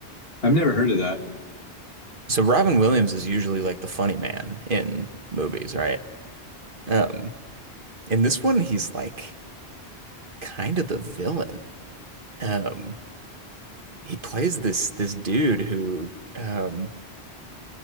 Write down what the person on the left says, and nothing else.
I've never heard of that.